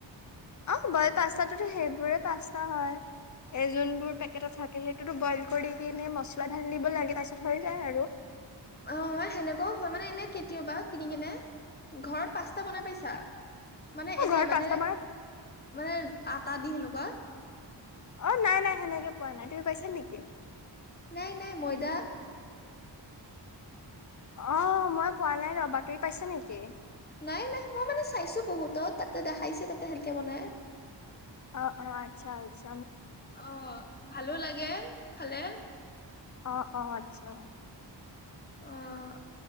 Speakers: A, on the left; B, on the left.
A: অঁ, বইল পাস্তা সেইবোৰে পাস্তা হয় এ যোনবোৰ পেকেটত থাকে সেইটোতো বইল কৰি কিনে মচলা ঢালি দিব লাগে পছত হৈ যায় আৰু।
B: অঁ, হয় সেনেকুৱাও হয় মানে এনে কেতিয়াবা কিনি কিনে ঘৰত পাস্তা বনাই পাইছা? মানে
A: অ
B: এনে
A: ঘৰত
B: মানে
A: পাস্তা বনাই
B: মানে। আটা দি সেনেকুৱা।
A: অঁ, নাই নাই সেনেকে পোৱা নাই তুমি পাইছা নেকি?
B: নাই নাই ময়দা।
A: অঁ, মই পোৱা নাই ৰবা তুমি পাইছা নেকি?
B: নাই নাই মই মানে চাইছো বহুত তাতে দেখাইছে তাতে সেনেকে বনাই।
A: অঁ অঁ, আচ্ছা আছা।
B: অঁ, ভালো লাগে। খালে।
A: অঁ -অঁ, আচ্ছা।
B: অঁ,